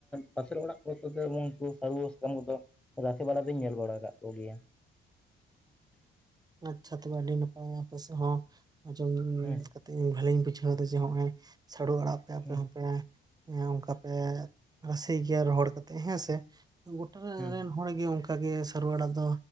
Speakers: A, in the centre; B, on the right.
A: ᱯᱟᱥᱮᱨ ᱚᱲᱟᱜ ᱠᱚ <unintelligible> ᱩᱱᱠᱩ ᱥᱟᱹᱨᱩ ᱥᱟᱠᱟᱢ ᱠᱚ ᱫᱚ ᱻᱻ ᱨᱟᱥᱮ ᱵᱟᱲᱟ ᱫᱩᱧ ᱧᱮᱞ ᱵᱟᱲᱟ ᱠᱟᱜ ᱠᱚ ᱜᱮᱭᱟ
B: ᱟᱪᱪᱷᱟ ᱛᱚᱵᱮ ᱟᱹᱰᱤ ᱱᱟᱯᱟᱭ ᱟᱯᱮ ᱥᱮᱫ ᱦᱚᱸ ᱟᱸᱡᱚᱢ
A: ᱦᱮᱸ
B: <unintelligible> ᱤᱧ ᱵᱷᱟᱹᱞᱤᱧ ᱵᱩᱡᱷᱟᱹᱣ ᱫᱟ ᱡᱮ ᱱᱚᱜᱼᱚᱭ ᱥᱟᱹᱨᱩ ᱟᱲᱟᱜ ᱯᱮ ᱟᱯᱮ
A: ᱦᱮᱸ
B: ᱦᱚᱸ ᱯᱮ ᱦᱮᱸ ᱚᱱᱠᱟ ᱯᱮ ᱨᱟᱥᱮ ᱜᱮᱭᱟ ᱨᱚᱦᱚᱲ ᱠᱟᱛᱮ ᱦᱮᱸᱥᱮ ᱜᱚᱴᱟ
A: ᱦᱮᱸ
B: ᱨᱮᱱ ᱦᱚᱭ ᱜᱮ ᱚᱱᱠᱟ ᱜᱮ ᱥᱟᱹᱨᱩ ᱟᱲᱟᱜ ᱫᱚ